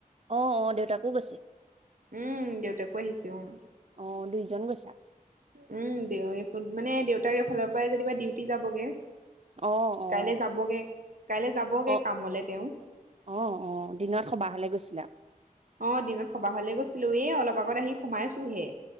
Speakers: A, on the right (about 45°); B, on the right (about 65°).
A: অ', অ', দেউতাকো গৈছে।
B: উম, দেউতাকো আহিছে উম,
A: অ দুইজন গৈছা
B: উম, দেউৰেকো মানে দেউতাক এই ফালৰ পৰাই যেনিবা ডিউটি যাবগে।
A: অ', অ',
B: কাইলৈ যাবগে কাইলৈ যাবগে
A: অ',
B: কামলে তেওঁ
A: অ', অ', দিনত সবাহলে গৈছিলা?
B: অ' দিনত সবাহ হ'লে গৈছিলোঁ, এ, অলপ আগত আহি সোমাইছোহে।